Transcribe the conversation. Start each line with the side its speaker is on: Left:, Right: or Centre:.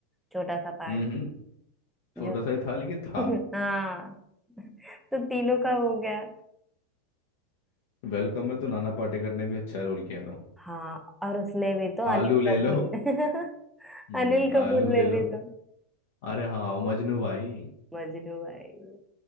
Centre: छोटा सा पार्ट
Left: हम्म हम्म छोटा
Centre: जो
Left: सा ही था लेकिन था
Centre: <laughs> हाँ तो तीनों का हो गया
Left: वेलकम में तो नाना पाटेकर ने भी अच्छा रोल किया था
Centre: हाँ और उसमें भी तो
Left: आलू
Centre: अनिल कपूर
Left: ले लो
Centre: ने <laughs>
Left: हम्म
Centre: अनिल कपूर
Left: आलू
Centre: ने
Left: ले
Centre: भी
Left: लो
Centre: तो
Left: अरे हाँ मजनू भाई
Centre: मजनू भाई